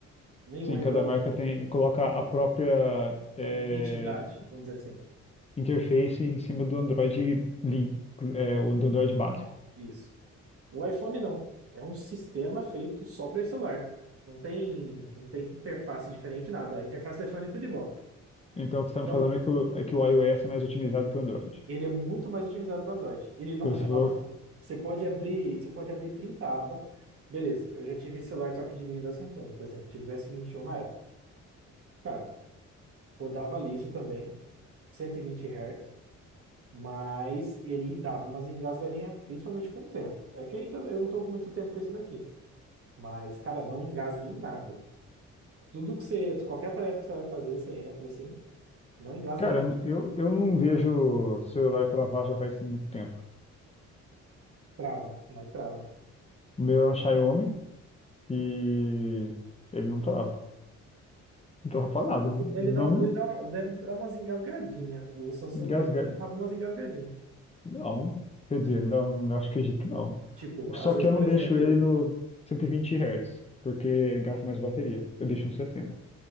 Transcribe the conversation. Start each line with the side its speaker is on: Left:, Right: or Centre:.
Right: Nenhum
Left: Sim,
Right: é
Left: cada
Right: igual
Left: marca tem coloca a própria é,
Right: à identidade, vamos dizer assim.
Left: interface em cima do Android Link, é, o do Android básico.
Right: Isso. O iPhone não. É um sistema feito só para esse celular. Não tem, não tem interface diferente, nada. A interface do iPhone é tudo igual.
Left: Então, o que você está
Right: Então,
Left: me falando é que o, é que o iOS é mais otimizado que o Android.
Right: ele é muito mais otimizado que o Android. Ele não
Left: Que você
Right: trava.
Left: falou,
Right: Você pode abrir, você pode abrir 30 abas. Beleza, eu já tive celular top de linha da Samsung, por exemplo. Tive o S21 na época. Cara, rodava liso também, 120 Hz, mas ele dava umas engasgadinhas, principalmente com o tempo. É que ainda eu não tô com muito tempo com esse daqui. Mas, cara, não engasgue em nada. Tudo que você, qualquer tarefa que você vai fazer, você entra assim, não engasgue
Left: cara,
Right: em nada.
Left: eu, eu não vejo celular travar já faz muito tempo.
Right: Trava, mas trava.
Left: O meu é um Xiaomi e ele não trava. Não trava pra nada.
Right: Ele
Left: Não
Right: dá uma, ele dá uma- deve dar umas engasgadinhas. O Samsung
Left: engasga.
Right: que eu tinha dava umas engasgadinhas.
Left: Não. Quer dizer, não, não acho que acredito que não.
Right: Tipo, às
Left: Só
Right: vezes,
Left: que eu
Right: por
Left: não
Right: exemplo,
Left: deixo ele no 120 Hz, porque gasta mais bateria. Eu deixo no sessenta.